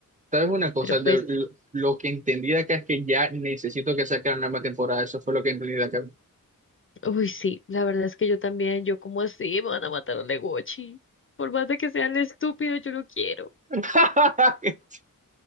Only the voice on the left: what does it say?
Pero pues.
Uy, sí, la verdad es que yo también, yo como así, me van a matar a Legochi. Por más de que sean estúpidos, yo lo quiero.